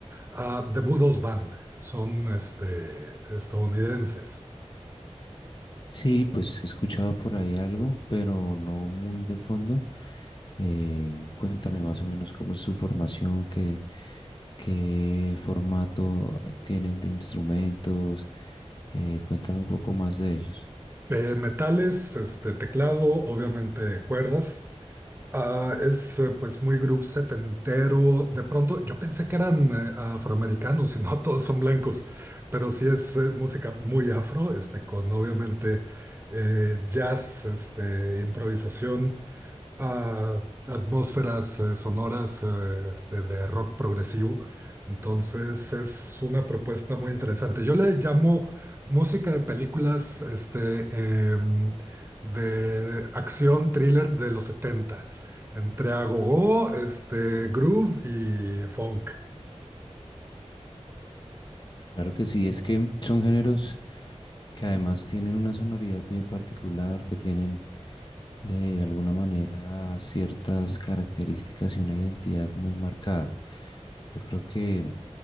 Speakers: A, on the right (about 20°); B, on the left (about 45°).
A: a The Budos Band, son este, estadounidenses.
B: Sí, pues he escuchado por ahí algo, pero no muy de fondo. Eh, cuéntame más o menos cómo es su formación, qué, qué formato tienen de instrumentos. Eh, cuéntame un poco más de ellos.
A: Eh, metales, este, teclado, obviamente cuerdas. Ah, es eh, pues muy groove setentero. De pronto yo pensé que eran eh, afroamericanos y no <laughs> todos son blancos, pero sí es eh, música muy afro, este, con obviamente eh, jazz, este, improvisación a atmósferas eh, sonoras eh, este, de rock progresivo. Entonces es una propuesta muy interesante. Yo le llamo música de películas este, em, de acción thriller de los 70, entre agogó, este, groove y funk.
B: Claro que sí, es que son géneros que además tienen una sonoridad bien particular, que tienen de alguna manera ciertas características y una identidad muy marcada. Yo creo que